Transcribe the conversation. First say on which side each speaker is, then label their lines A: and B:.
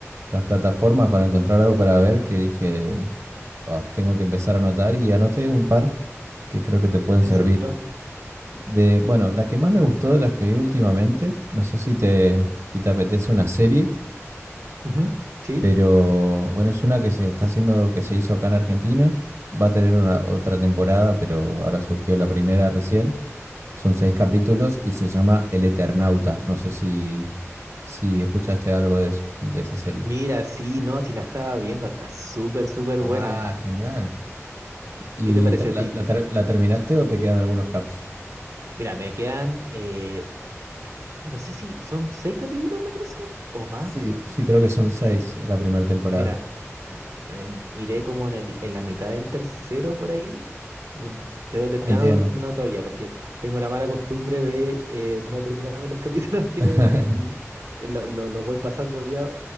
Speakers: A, on the right; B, on the right.
A: las plataformas para encontrar algo para ver que dije, "Ah, tengo que empezar a anotar y anoté un par que creo que te pueden
B: Sí,
A: servir.
B: cierto.
A: De, bueno, la que más me gustó de las que vi últimamente, no sé si te, si te apetece una serie.
B: Ujú, Sí.
A: Pero bueno, es una que se está haciendo, que se hizo acá en Argentina. Va a tener una, otra temporada, pero ahora surgió la primera recién. Son seis capítulos y se llama El Eternauta. No sé si, si escuchaste algo de, es- de esa serie.
B: Mira, sí, no, si la estaba viendo, está súper, súper
A: Ah,
B: buena.
A: genial. ¿Y
B: ¿Qué te pareció
A: te- la,
B: a ti?
A: la ter- la terminaste o te quedan algunos caps?
B: Mira, me quedan, eh, no sé si son seis capítulos, me parece, o más.
A: Sí, sí, creo que son seis la primera temporada.
B: Mira, mm, em, iré como en el, en la mitad del tercero por ahí. Em, Debo terminarlo
A: Entiendo.
B: no todavía, porque tengo la mala costumbre de eh, no terminarme los <laughs> capítulos que
A: <laughs>
B: veo y eh, lo, lo- los voy pasando día,